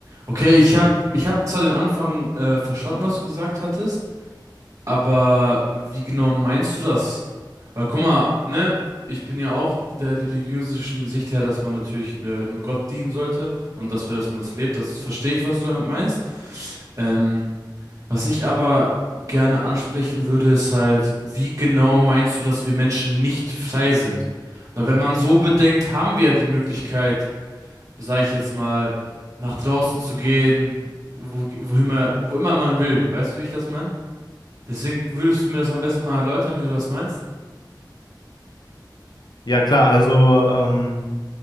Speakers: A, on the right; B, on the left.
A: okay, ich habe ich hab zwar den Anfang äh, verstanden, was du gesagt hattest, aber wie genau meinst du das? Weil guck mal, ne, ich bin ja auch der religiösen Sicht her, dass man natürlich äh, nur Gott dienen sollte und dafür, dass man das lebt, das verstehe ich, was du damit meinst. Ähm, was ich aber gerne ansprechen würde, ist halt, wie genau meinst du, dass wir Menschen nicht frei sind? Weil wenn man so bedenkt, haben wir ja die Möglichkeit, sag ich jetzt mal, nach draußen zu gehen, wo, wo immer, wo immer man will. Weißt du, wie ich das meine? Deswegen würdest du mir das am besten mal erläutern, wie du das meinst?
B: Ja, klar, also ähm,